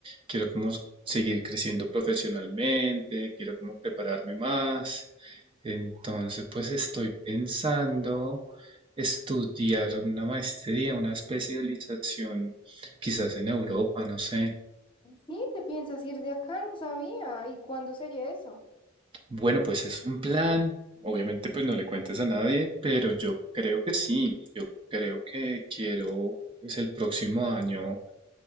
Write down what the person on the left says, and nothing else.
Sí, te piensas ir de acá, no sabía. ¿Y cuándo sería eso?